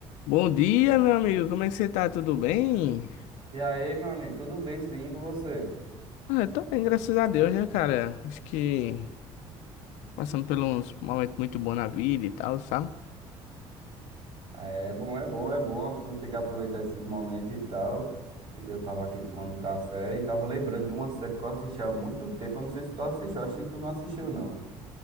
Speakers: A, on the left; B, on the right.
A: Bom dia, meu amigo. Como é que você tá? Tudo bem?
B: E aí, meu amigo, tudo bem sim com você?
A: Ah, eu tô bem, graças a Deus, né, cara? Acho que passando por uns momentos muito bons na vida e tal, sabe?
B: É bom, é bom, é bom, a pessoa tem que aproveitar esses momentos e tal. E eu tava aqui tomando café e tava lembrando de uma série que eu assisti há muito tempo, eu não sei se tu assistiu, acho que tu não assistiu não.